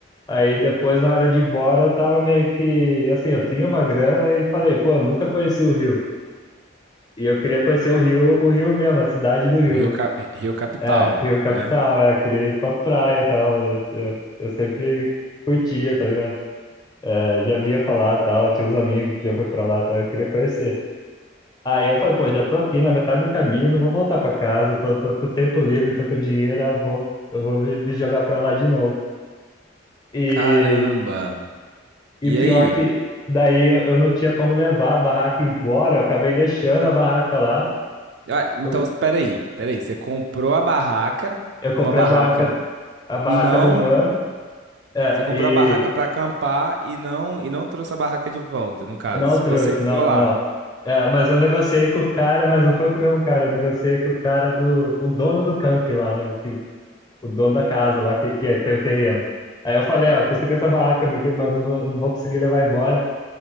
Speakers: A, on the left (about 20°); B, on the right (about 60°).
A: Aí depois, na hora de ir embora, eu tava meio que, assim, eu tinha uma grana e falei, pô, eu nunca conheci o Rio. E eu queria conhecer o Rio, o Rio mesmo, a cidade do Rio,
B: O Rio,
A: né?
B: Cap- Rio Capital,
A: É, Rio Capital,
B: né?
A: é, queria ir pra praia e tal. Eu, eu sempre curtia, tá ligado? Eu já via falar tal, tinha uns amigos que já foi pra lá tal, eu queria conhecer. Aí eu falei, pô,
B: E-
A: já tô aqui na metade do caminho, não vou voltar pra casa, tô, tô com tempo livre, tô com dinheiro, eu vou, eu vou me, me jogar pra lá de novo. E,
B: caramba!
A: e
B: E
A: pior
B: aí?
A: que daí eu, eu não tinha como levar a barraca embora, eu acabei deixando a barraca lá.
B: Ah, então,
A: Eu,
B: espera aí, espera aí. Você comprou a barraca,
A: eu comprei
B: uma barraca,
A: a barraca, a barraca
B: e não.
A: do mano, é,
B: Você comprou
A: e
B: a barraca pra acampar e não e não trouxe a barraca de volta, no caso.
A: não
B: Ficou,
A: trouxe,
B: sem- ficou
A: não,
B: lá.
A: não. É, mas eu negociei com o cara, mas não foi com o mesmo cara, eu negociei com o cara do, o dono do camp lá, né, o que o dono da casa lá que, que é, tem o terreno. Aí eu falei, ó, consegui essa barraca, meu querido, mas eu não vou não vou conseguir levar embora.